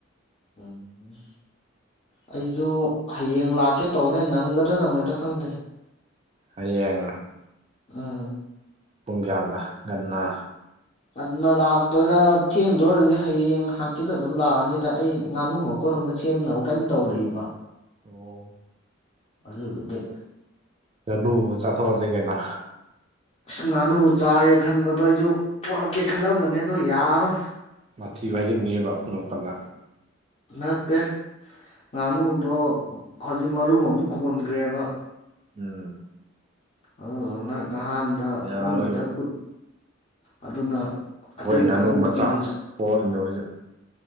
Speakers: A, on the left; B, on the right.
A: ꯎꯝ ꯑꯩꯁꯨ ꯍꯌꯦꯡ ꯂꯥꯛꯀꯦ ꯇꯧꯕꯅꯦ ꯅꯪꯒꯗ꯭ꯔꯥ ꯅꯪꯉꯣꯏꯗ ꯈꯪꯗꯦ
B: ꯍꯌꯦꯡ
A: ꯎꯝ
B: ꯄꯨꯡ ꯀꯌꯥꯒ ꯉꯟꯅ
A: ꯉꯟꯅ ꯂꯥꯛꯇꯣꯏꯔꯥ ꯊꯦꯡꯗꯣꯏꯔꯗꯤ ꯍꯌꯦꯡ ꯍꯪꯆꯤꯠ ꯑꯗꯨꯝ ꯂꯥꯛꯑꯅꯤꯗ ꯑꯩ ꯉꯥꯅꯨꯃ <unintelligible> ꯑꯃ ꯁꯦꯝꯅꯕ ꯀꯟꯅ ꯇꯧꯔꯛꯏꯕ
B: ꯑꯣ
A: ꯑꯗꯨꯗꯨꯒꯤ
B: <unintelligible> ꯅꯨ ꯑꯃ ꯆꯥꯊꯣꯛꯑꯁꯦ ꯀꯩꯅꯣ
A: ꯑꯁ ꯉꯥꯅꯨ ꯆꯥꯏ ꯈꯟꯕꯗꯣ ꯑꯩꯁꯨ ꯄꯣꯔꯛꯀꯦ ꯈꯜꯂꯝꯕꯅꯦ ꯑꯗꯣ ꯌꯥꯔꯣꯏ
B: ꯃꯥꯊꯤꯕꯨ ꯐꯥꯏꯖꯤꯟꯅꯦꯕ ꯑꯄꯨꯟ ꯑꯄꯟꯗ
A: ꯅꯠꯇꯦ ꯉꯥꯅꯨꯗꯣ ꯍꯧꯖꯤꯛ ꯃꯔꯨꯝ ꯑꯃꯨꯛ ꯀꯣꯟꯒ꯭ꯔꯦꯕ
B: ꯎꯝ
A: ꯑꯗꯨꯗꯨꯅ ꯅꯍꯥꯟꯗ
B: ꯌꯥꯔꯣꯏꯕ
A: ꯑꯣꯟꯈꯤꯗ ꯀꯨꯠ ꯑꯗꯨꯅ
B: ꯑꯩꯈꯣꯏ
A: ꯑꯗꯨ ꯏ
B: ꯉꯥꯅꯨ
A: ꯀꯥꯟꯗ ꯃꯨꯛꯇꯤꯗ
B: ꯃꯆꯥ
A: ꯆ
B: ꯄꯣꯛꯍꯧꯔꯤꯅꯦ ꯍꯧꯖꯤꯛ